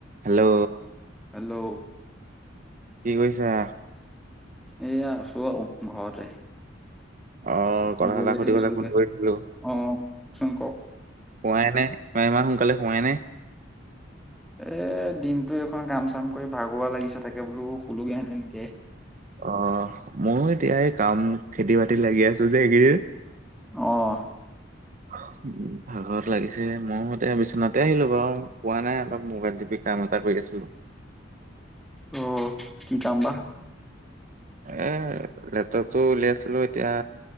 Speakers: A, on the right; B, in the centre.
A: Hello!
B: Hello?
A: কি কৰিছা?
B: এ, আছোঁ আও, ঘৰতে।
A: অ'!
B: শুবলে
A: কথা এটা সুধিবলে,
B: লৈছিলোগে
A: ফোন কৰিছিলোঁ?
B: অ কওকচোন কওক
A: শুৱাই নাই, ইমান সোনকালে শুৱে নে?
B: এ, দিনটো এখন কাম- চাম কৰি, ভাগৰুৱা লাগিছে! তাকে, বোলো শুলোগে হেঁতেন, এতিয়াই।
A: অ'! মইয়ো এতিয়া, এই কাম, খেতি বাতিত লাগি আছোঁ যে, এইকেইদিন।
B: অ'!
A: <inaudible> <unintelligible> ভাগৰত লাগিছে! মই এতিয়া, বিচনাতে আহিলোঁ বাৰু। শুৱা নাই, অলপ মোবাইল টিপি কাম এটা কৰি আছিলোঁ।
B: অ'! কি কাম বা?
A: এ, লেপটপটো উলিয়াইছিলোঁ, এতিয়া।